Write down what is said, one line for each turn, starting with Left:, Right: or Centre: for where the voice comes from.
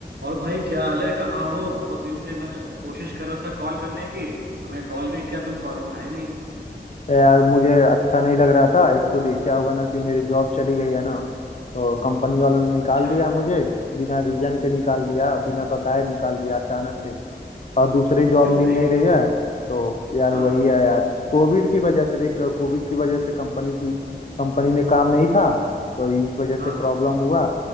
Right: और भाई क्या हाल है कहाँ हो बहुत दिन से मैं कोशिश कर रहा था कॉल करने की तुम्हें कॉल नहीं किया तुम कॉल उठाए नहीं
Left: यार मुझे अच्छा नहीं लग रहा था एक्चुअली क्या हुआ ना कि मेरी जॉब चली गई है ना तो कंपनी वालों ने निकाल
Right: अच्छा
Left: दिया मुझे बिना रीजन के निकाल दिया बिना बताए निकाल दिया अचानक से और दूसरी जॉब
Right: क्यों
Left: मिल
Right: भाई
Left: नहीं रही है तो यार
Right: हाँ
Left: वही
Right: हाँ
Left: है यार कोविड की वजह से देख रहे हो कोविड की वजह से कंपनी की कंपनी में काम नहीं था तो इस वजह से
Right: हाँ
Left: प्रॉब्लम
Right: हाँ
Left: हुआ